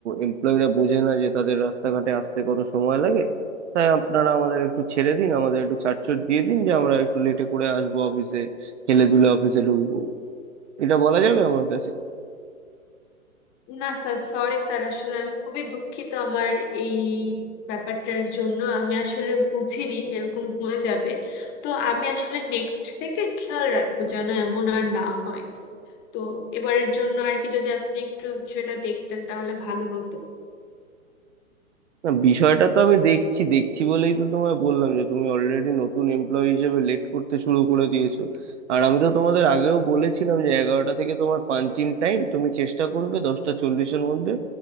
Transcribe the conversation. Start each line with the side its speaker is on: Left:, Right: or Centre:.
Right: এমপ্লয়িরা বোঝে না যে তাদের রাস্তাঘাটে আসতে কত সময় লাগে তাই আপনারা আমাদের একটু ছেড়ে দিন আমাদের একটু ছাড়ছুট দিয়ে দিন যে আমরা একটু লেটে করে আসবো অফিসে হেলে দুলে অফিসে ঢুকবো এটা বলা যাবে আমার কাছে
Left: না স্যার সরি স্যার আসলে আমি খুবই দুঃখিত আমার এই ব্যাপারটার জন্য আমি আসলে বুঝিনি এরকম হয়ে যাবে তো আমি আসলে নেক্সট থেকে খেয়াল রাখবো যেন এমন আর না হয় তো এবারের জন্য আর কি যদি আপনি একটু বিষয়টা দেখতেন তাহলে ভালো হতো
Right: না বিষয়টা তো আমি দেখছি দেখছি বলেই তো তোমায় বললাম যে তুমি অলরেডি নতুন এমপ্লয়ি হিসেবে লেট করতে শুরু করে দিয়েছো আর আমি তো তোমাদের আগেও বলেছিলাম যে এগারোটা থেকে তোমার পাঞ্চিং টাইম তুমি চেষ্টা করবে দশটা চল্লিশের মধ্যে